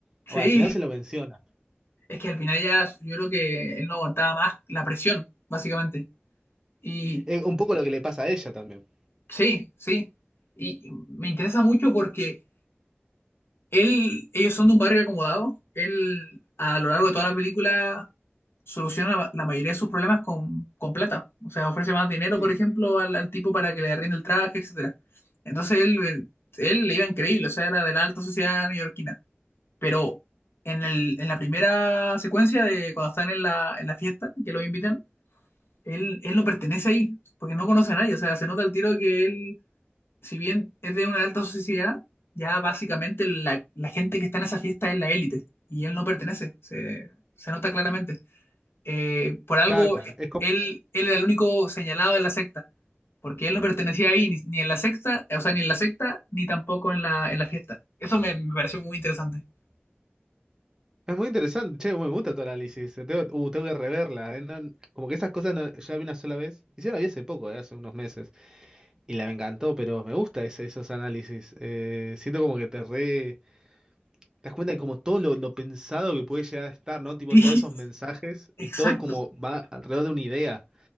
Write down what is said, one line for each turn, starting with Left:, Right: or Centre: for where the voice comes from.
Right: Bueno,
Left: Sí,
Right: al final se lo menciona.
Left: es que al final ya yo creo que él no aguantaba más la presión, básicamente. Y
Right: Es un poco lo que le pasa a ella también.
Left: sí, sí. Y me interesa mucho porque Él, ellos son de un barrio acomodado. Él, a lo largo de toda la película, soluciona la, la mayoría de sus problemas con, con plata. O sea, ofrece más dinero,
Right: Sí,
Left: por ejemplo, al, al tipo para que le arriende el traje, etcétera. Entonces él, él le iba increíble, o sea, era de la alta sociedad neoyorquina. Pero en el, en la primera secuencia de cuando están en la, en la fiesta, que lo invitan, él, él no pertenece ahí, porque no conoce a nadie. O sea, se nota al tiro que él si bien es de una alta sociedad, ya básicamente la, la gente que está en esa fiesta es la élite y él no pertenece, se, se nota claramente. Eh, por algo,
Right: claro, es, como-
Left: él, él era el único señalado de la secta, porque él no pertenecía ahí ni, ni en la secta, eh, o sea, ni en la secta, ni tampoco en la, en la fiesta. Eso me, me pareció muy interesante. <laughs>
Right: es muy interesante, che, me gusta tu análisis, tengo, uh, tengo que reverla, eh, no- como que esas cosas no- yo la vi una sola vez, y sí, la vi hace poco, eh, hace unos meses, y la me encantó, pero me gusta ese- esos análisis, eh, siento como que te re... Te das cuenta de como todo lo, lo pensado que puede llegar a estar, ¿no? Tipo,
Left: Sí,
Right: todos esos mensajes
Left: exacto.
Right: y todo como va alrededor de una idea.